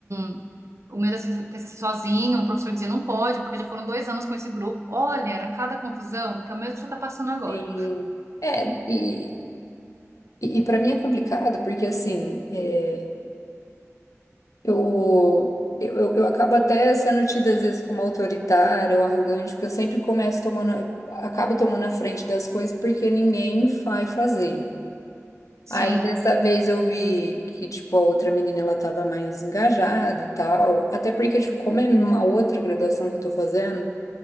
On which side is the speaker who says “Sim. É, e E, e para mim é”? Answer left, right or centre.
Left